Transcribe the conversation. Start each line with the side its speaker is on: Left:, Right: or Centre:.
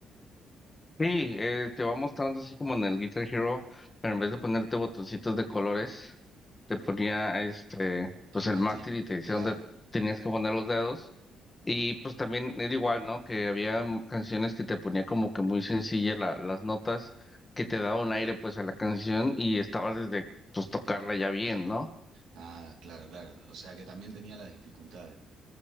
Left: Sí, eh, te va mostrando así como en el Guitar Hero, pero en vez de ponerte botoncitos de colores, te ponía este,
Right: El
Left: pues
Right: mástil,
Left: el mástil y te decía
Right: claro.
Left: dónde tenías que poner los dedos. Y pues también era igual, ¿no? Que había m- canciones que te ponía como que muy sencilla la- las notas, que te daba un aire pues a la canción y estabas desde pues tocarla ya bien, ¿no?
Right: Ah, claro, claro. O sea que también tenía las dificultades.